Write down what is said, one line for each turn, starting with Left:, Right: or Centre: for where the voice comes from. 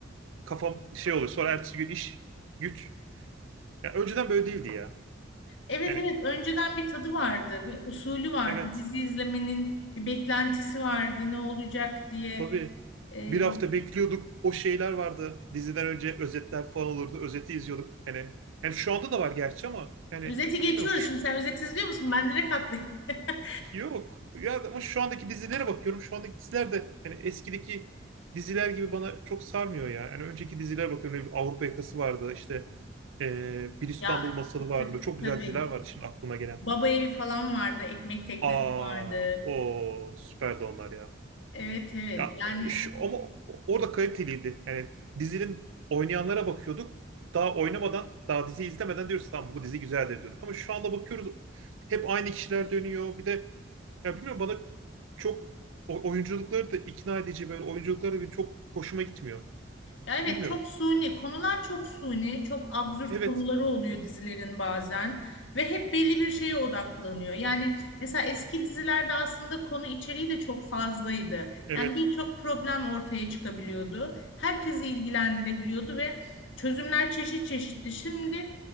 Right: kafam şey oluyor. Sonra ertesi gün iş, güç. Ya önceden böyle değildi ya.
Left: Evet
Right: Yani
Left: evet önceden bir tadı vardı, bir usulü vardı.
Right: evet.
Left: Dizi izlemenin bir beklentisi vardı ne olacak diye.
Right: Tabii.
Left: Ee,
Right: Bir hafta bekliyorduk. O şeyler vardı. Diziden önce özetler falan olurdu. Özeti izliyorduk. Hani yani şu anda da var gerçi ama yani
Left: özeti geçiyoruz.
Right: bilmiyorum şu-
Left: Şimdi sen özet izliyor musun? Ben direkt atlayayım. <laughs>
Right: yok. Ya ama şu andaki dizilere bakıyorum. Şu andaki diziler de hani eskideki diziler gibi bana çok sarmıyor ya. Yani önceki dizilere bakıyorum. Ne bileyim, Avrupa Yakası vardı. İşte eee, Bir İstanbul
Left: Ya
Right: Masalı vardı.
Left: t-
Right: Böyle çok
Left: tabii.
Right: güzel diziler vardı şimdi aklıma gelen.
Left: Baba evi falan vardı, ekmek teknesi
Right: Aa,
Left: vardı.
Right: o süperdi onlar ya.
Left: Evet evet.
Right: Ya
Left: Yani
Right: şu- ama orada kaliteliydi. Yani dizinin oynayanlara bakıyorduk. Daha oynamadan, daha dizi izlemeden diyoruz tamam bu dizi güzeldir diyorduk. Ama şu anda bakıyoruz hep aynı kişiler dönüyor. Bir de ya bilmiyorum bana çok o- oyunculukları da ikna edici böyle oyunculukları da benim çok hoşuma gitmiyor.
Left: Ya evet
Right: Bilmiyorum.
Left: çok suni konular çok suni çok absürt
Right: Evet.
Left: konuları oluyor dizilerin bazen ve hep belli bir şeye odaklanıyor. Yani mesela eski dizilerde aslında konu içeriği de çok fazlaydı.
Right: Evet.
Left: Yani birçok problem ortaya çıkabiliyordu. Herkesi ilgilendirebiliyordu ve çözümler çeşit çeşitti. Şimdi